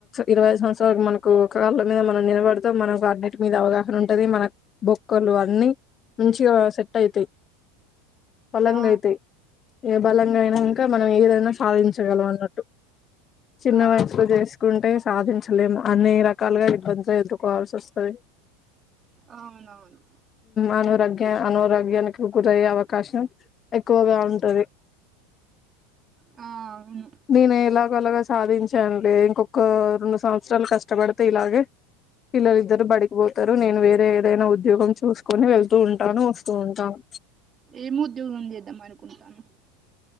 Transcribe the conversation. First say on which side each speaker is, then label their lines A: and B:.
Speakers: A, on the left (about 30°); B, on the right (about 30°).
A: ఇరవై సంవత్సర మనకు ఒక కళ్ళ మీద మనం నిలబడుతూ మనకు అన్నింటి మీద అవగాహన ఉంటది మన బొక్కలు అన్ని. మంచిగా సెట్ అయితాయి బలంగా
B: ఆ
A: అయితాయి ఏ బలంగా అయినా ఇంకా మనం ఏదైనా సాధించగలం అన్నట్టు. చిన్న
B: ఆ
A: వయసులో చేసుకుంటే సాధించలేము అన్ని రకాలుగా ఇబ్బందులు ఎదుకోవాల్సి వస్తుంది.
B: అవునవును
A: అనారోగ్య అనారోగ్యానికి గురయ్యే అవకాశం ఎక్కువగా ఉంటది.
B: ఆ అవును
A: నేను ఎలాగ అలగ సాధించాను లే ఇంకొక రెండు సంవత్సరాలు కష్టపడితే ఇలాగే. పిల్లలిద్దరు బడికి పోతారు నేను వేరే ఏదైనా ఉద్యోగం చూసుకొని వెళ్తూ ఉంటాను వస్తూ ఉంటాను.
B: ఏం ఉద్యోగం చేద్దామ అనుకుంటానువు